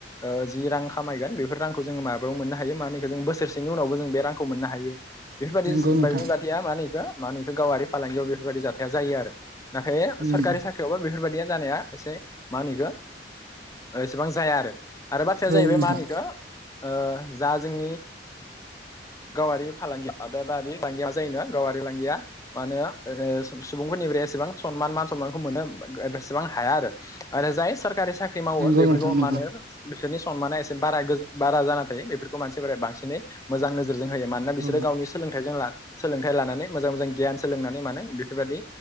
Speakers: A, on the left; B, on the right.
A: ओ जि रां खामायगोन बेफोर रांखौ जोङो माबायाव मोननो हायो मानिखौ जों बोसोरसेनि उनावबो जों बे रां खौ मोननो हायो बेफोरबादिस
B: नंगौ नोंथां
A: बेफोरबादिया मा होनो बेखौ मा होनो बेखौ गावआरि फालांगि बेफोरबायदि जाथाया जायो आरो नाथाय
B: उम
A: सोरखारि साख्रियावबो बेफोरबायदिया जानाया एसे मा होनो बेखौ ओ एसेबां जाया आरो आरो बाथ्राया
B: औ
A: जाहैबाय
B: नोंथां
A: मा होनो बेखौ ओ जा जोंनि गावआरि फालांगिया आबादारि फालांगिया मा जायो नो गाव आरि फालांगिया मा होनो ओ सुबुंफोरनिफ्राय एसेबां सनमान मान सनमानखौ मोननो ओ ओ बेसेबां हाया आरो जाय स सोरखारि साख्रि मावो
B: नंगौ
A: बेफोरखौ
B: नोंथां नंगौ
A: मानो बिसोरनि सनमाना एसे गोज बारा जाना थायो बेफोरखौ मानसिफोरा बांसिनै मोजां नोजोर होयो मानोना बिसोरो
B: औ
A: गावनि सोलोंथाइजों ला सोलोंथाइ लानानै मोजां मोजां गियान सोलोंनानै माने बेफोरबादि